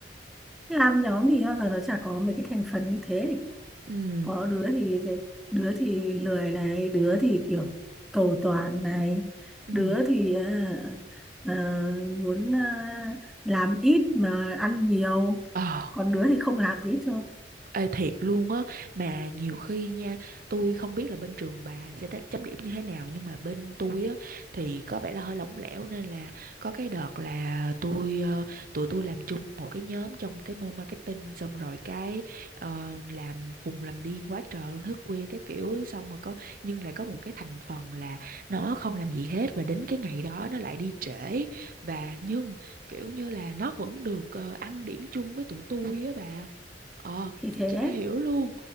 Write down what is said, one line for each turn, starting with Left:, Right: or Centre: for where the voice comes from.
Centre: Làm nhóm thì bao giờ nó chả có mấy cái thành phần như thế.
Right: Ừ.
Centre: Có đứa thì đứa thì lười này, đứa thì kiểu cầu toàn này,
Right: Ừ.
Centre: đứa thì ờ, ờ, muốn ờ, làm ít mà ăn nhiều.
Right: Ờ
Centre: Còn đứa thì không làm gì hết trơn.
Right: Ê thiệt luôn á Mà nhiều khi nha Tôi không biết là bên trường bà sẽ đánh chấm điểm như thế nào Nhưng mà bên tôi á Thì có vẻ là hơi lỏng lẻo Nên là có cái đợt là tôi ờ, Tụi tôi làm chung một cái nhóm Trong cái môn marketing Xong rồi cái ờ, làm khùng làm điên quá trời luôn Thức khuya cái kiểu Xong rồi có Nhưng lại có một cái thành phần là Nó không làm gì hết Và đến cái ngày đó nó lại đi trễ Và nhưng kiểu như là nó vẫn được ờ, ăn điểm chung với tụi tôi á bà Ờ,
Centre: Thì
Right: tôi
Centre: thế.
Right: chả hiểu luôn.